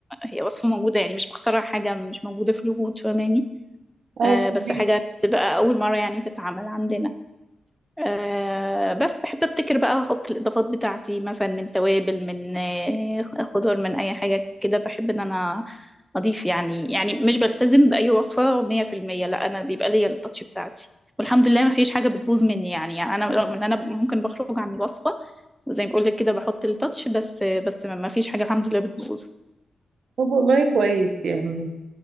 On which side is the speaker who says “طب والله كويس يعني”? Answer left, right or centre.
Right